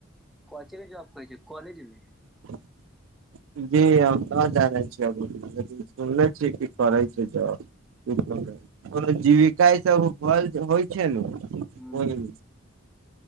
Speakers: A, in the centre; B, on the right.
A: कोन चीज केँ जॉब करय छै कलेजमे। <unintelligible>
B: <inaudible> जी हम नऽ जानै छियै सुनने छीय कि करै छैय जॉब कोनो जीविका ईसब भल होइ छैय नु ओय
A: हुं
B: नुऽ